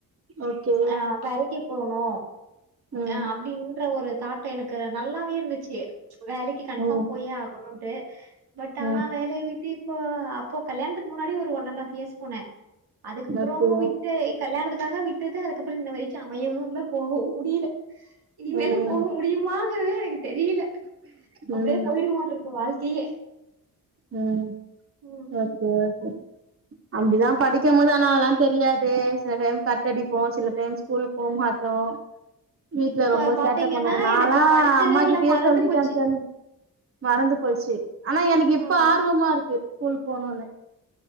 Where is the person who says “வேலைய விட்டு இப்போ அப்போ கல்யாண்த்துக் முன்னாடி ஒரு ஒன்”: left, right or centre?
Right